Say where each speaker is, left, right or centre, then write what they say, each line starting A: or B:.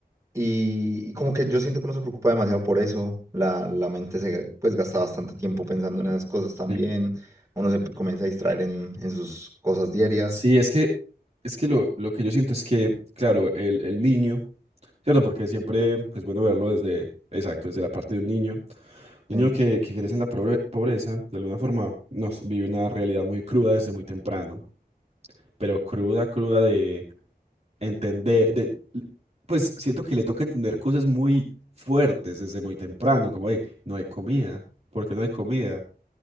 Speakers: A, on the right; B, on the right.
A: Y, y como que yo siento que no se preocupa demasiado por eso, la, la mente se pues gasta bastante tiempo pensando en esas cosas también,
B: Sí,
A: uno se comienza a distraer en, en sus cosas diarias.
B: Sí, es que, es que lo, lo que yo siento es que, claro, el, el niño, ¿cierto? Porque siempre es bueno verlo desde, exacto, desde la parte de un niño. Un
A: Sí,
B: niño que, que crece en la pobre- pobreza, de alguna forma, no, sé, vive una realidad muy cruda desde muy temprano, pero cruda, cruda de entender, de, pues siento que le toca entender cosas muy fuertes desde muy temprano, como, hey, no hay comida, ¿por qué no hay comida?